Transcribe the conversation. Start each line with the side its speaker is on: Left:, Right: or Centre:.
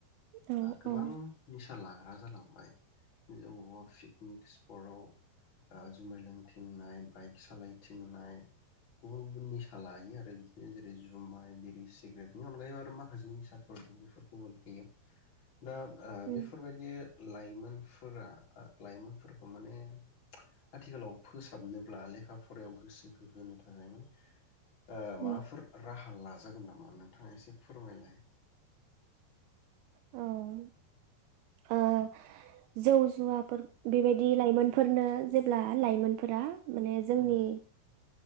Right: औ उम
Left: गोबां
Right: उम
Left: निसा लाग आ जालांबाय अबेबा पिकनिक स्पटआव ओ जुमाय लोंथिंनाय बाइक सालायथिंनाय गुबुन गुबुन निसा लायो आ रो बिदिनो जेरै जुमाय बिरि सिगारेटनि अनगायैबो आरो माखासे निसाफोर दं बेफोरखौबो लायो। दा
Right: उम
Left: बेफोरबायदि लाइमोनफोरा आ लाइमोनफोरखौ माने आथिखालाव फोसाबनोब्ला लेखा फरायायाव गोसो होहोनो थाखाय माने ओ
Right: उम
Left: माबाफोर राहा लाजागोन नामा नोंथाङा एसे फोरमायलाय।
Right: औ ओ जौ जुवाफोर बेबायदि लाइमोनफोरनो जेब्ला लाइमोन फोरा माने जोंनि
Left: उम